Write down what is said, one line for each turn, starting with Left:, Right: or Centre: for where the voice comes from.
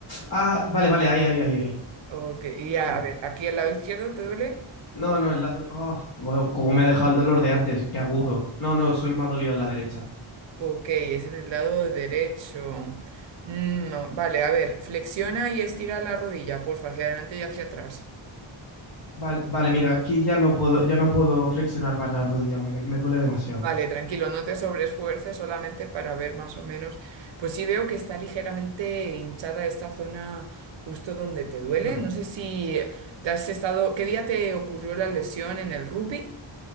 Left: Ah, vale, vale, ahí, ahí, ahí, ahí.
Right: ok, y a,
Left: Au.
Right: a ver, aquí al lado izquierdo te duele,
Left: No, no, el lado. ah, bueno, como me ha dejado el dolor de antes, qué agudo. No, no, solo me ha dolido la derecha.
Right: ok, es en el lado derecho. Mm, no, vale, a ver, flexiona y estira la rodilla, porfa, hacia adelante y hacia atrás.
Left: Vale, vale, mira, aquí ya no puedo, ya no puedo flexionar más la rodilla, me, me duele demasiado.
Right: Vale, tranquilo, no te sobreesfuerces solamente para ver más o menos. Pues sí veo que está ligeramente hinchada esta zona justo donde te duele.
Left: Hmm.
Right: No sé si te has estado. ¿Qué día te ocurrió la lesión en el rugby?